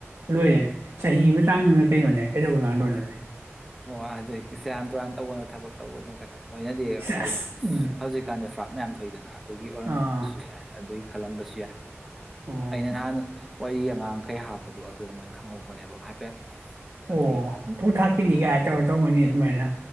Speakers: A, on the right (about 70°); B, in the centre.
A: ꯂꯣꯏꯔꯦꯅꯦ ꯆꯍꯤ ꯃꯇꯥꯡꯗꯨꯅ ꯀꯩꯅꯣꯅꯦ ꯀꯩꯗꯧꯕ ꯉꯥꯡꯗꯣꯏꯅꯣꯅꯦ
B: ꯑꯣ ꯑꯗꯨꯗꯒꯤ ꯁꯦꯔꯥꯟ ꯇꯨꯔꯥꯟ ꯇꯧꯕꯒꯅꯣ ꯊꯕꯛ ꯇꯧꯧꯕꯅꯨ ꯀꯇ ꯑꯣꯏꯅꯗꯤꯦ
A: ꯁꯦꯁ
B: ꯍꯥꯏꯗꯤ
A: ꯎꯝ
B: ꯍꯧꯖꯤꯛꯀꯥꯟꯗꯤ ꯐ ꯃꯌꯥꯝ ꯊꯣꯛꯏꯗꯅꯍ ꯑꯗꯨꯒꯤ ꯑꯣꯏꯔꯝꯁꯨ
A: ꯑꯥ
B: ꯌꯥꯏ ꯑꯗꯨꯒꯤ ꯈꯂꯝꯕꯕꯁꯤ ꯌꯥ
A: ꯑꯣ
B: ꯑꯩꯅ ꯅꯥꯟ ꯋꯥꯔꯤ ꯑꯉꯥꯡꯈꯩ ꯍꯥꯞꯄꯗꯣ ꯑꯗꯨꯗ ꯃꯣꯏ ꯈꯪꯍꯧꯕꯅꯦꯕ ꯍꯥꯏꯐꯦꯠ
A: ꯑꯣ
B: ꯑꯗꯨꯒꯤ
A: ꯊꯣꯡ ꯊꯈꯤꯅꯤ ꯍꯥꯏ ꯇ ꯑꯣ ꯇ ꯃꯅꯤ ꯃꯅ